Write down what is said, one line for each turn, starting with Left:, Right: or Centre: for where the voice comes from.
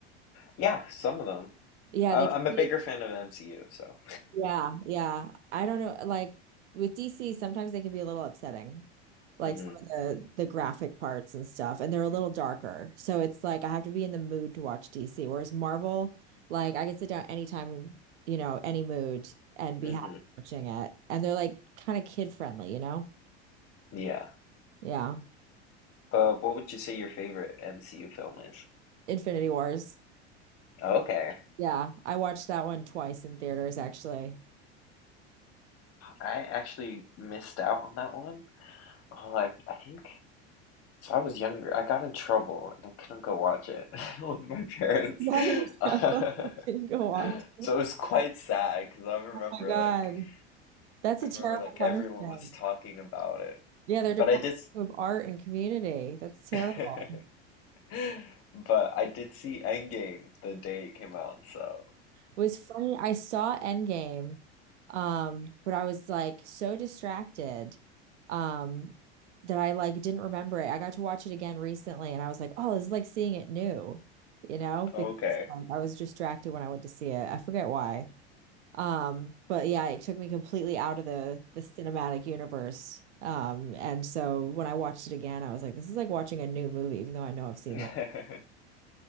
Left: Yeah, some of them.
Right: Yeah,
Left: I,
Right: they
Left: I'm
Right: can
Left: a
Right: be,
Left: bigger fan of MCU, so.
Right: yeah, yeah. I don't know, like with DC, sometimes they can be a little upsetting. like
Left: hmm
Right: some of the the graphic parts and stuff, and they're a little darker. So it's like I have to be in the mood to watch DC. Whereas Marvel, like I can sit down anytime, you know, any mood and
Left: hmm
Right: be happy watching it. And they're like kind of kid friendly, you know?
Left: Yeah.
Right: Yeah.
Left: Uh, what would you say your favorite MCU film is?
Right: Infinity Wars.
Left: Okay.
Right: Yeah. I watched that one twice in theaters actually. <laughs>
Left: I actually missed out on that one. Oh, I, I think so. I was younger. I got in trouble and I couldn't go watch it <laughs> with my parents.
Right: But I
Left: <laughs>
Right: didn't go watch. it.
Left: So it was quite sad because I remember
Right: Oh my God.
Left: like
Right: That's
Left: I
Right: a
Left: remember
Right: terrible
Left: like
Right: punishment.
Left: everyone was talking about it.
Right: Yeah, they're
Left: But
Right: deprived
Left: I did
Right: of art and community. That's terrible.
Left: s- <laughs> but I did see Endgame the day it came out, so
Right: It was funny. I saw Endgame, um, but I was like so distracted, um, that I like didn't remember it. I got to watch it again recently, and I was like, oh, this is like seeing it new, you know,
Left: okay.
Right: because like I was distracted when I went to see it. I forget why. Um, but yeah, it took me completely out of the the cinematic universe. Um, and so when I watched it again, I was like, this is like watching a new movie, even though I know I've seen
Left: <laughs>
Right: that.